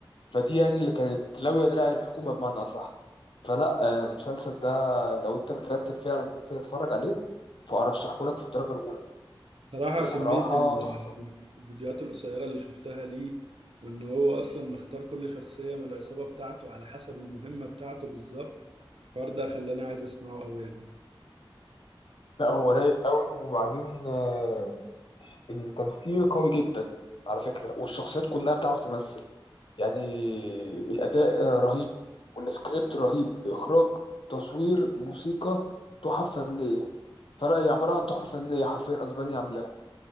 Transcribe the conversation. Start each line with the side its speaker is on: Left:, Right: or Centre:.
Left: فدي يعني اللي كانت لاويه دراع الحكومه بمعنى اصح فلا آه، المسلسل ده لو انت مترتب فعلا ان انت تتفرج عليه فارشحهولك في الدرجه الاولى
Right: صراحة
Left: بصراحه
Right: كمية ال-
Left: تحفه
Right: الفيديوهات القصيرة اللي شفتها ليه وإن هو أصلا مختار كل شخصية من العصابة بتاعته على حسب المهمة بتاعته بالظبط الحوار ده خلاني عايز أسمعه أوي يعني
Left: لا هو رايق قوي وبعدين آه، التمثيل قوي جدا على فكرة والشخصيات كلها بتعرف تمثل يعني الأداء آه، رهيب والسكريبت رهيب إخراج تصوير موسيقى تحف فنية فلا هي عبارة عن تحف فنية حرفيا أسبانيا عاملاها